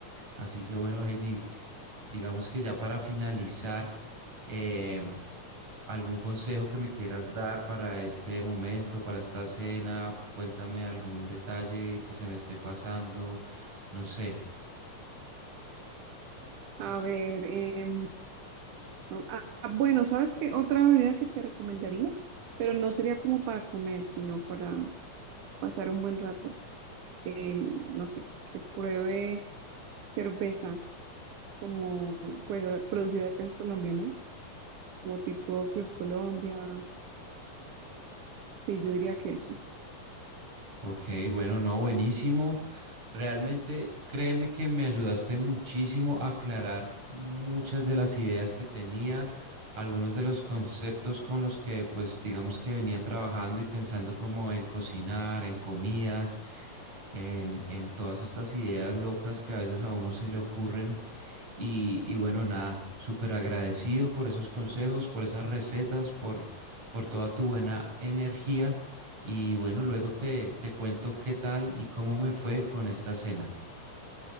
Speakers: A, on the right (about 60°); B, on the right (about 75°).
A: Así que bueno, Heidi, digamos que ya para finalizar, em, algún consejo que me quieras dar para este momento, para esta cena, cuéntame algún detalle que se me esté pasando, no sé.
B: A ver, em, no- ah, ah, bueno, ¿sabes qué? Otra bebida que te recomendaría, pero no sería como para comer, sino para pasar un buen rato. En, no sé, que pruebe cerveza como pues ah, producida acá en Colombia, ¿no? Como tipo Club Colombia. Sí, yo diría que eso.
A: Ok, bueno, no, buenísimo. Realmente créeme que me ayudaste muchísimo a aclarar muchas de las ideas que tenía, algunos de los conceptos con los que pues digamos que venía trabajando y pensando como en cocinar, en comidas, en, en todas estas ideas locas que a veces a uno se le ocurren. Y, y bueno, nada, súper agradecido por esos consejos, por esas recetas, por, por toda tu buena energía. Y bueno, luego te, te cuento qué tal y cómo me fue con esta cena.